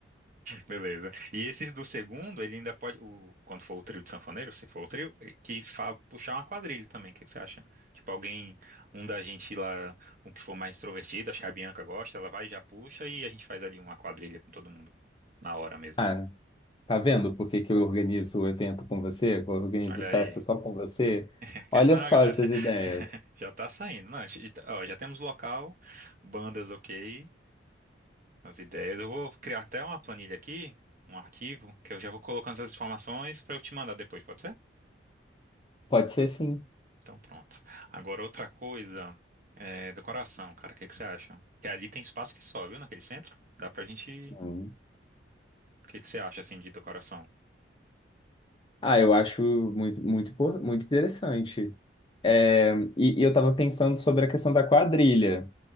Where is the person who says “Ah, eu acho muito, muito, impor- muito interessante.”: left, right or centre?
Left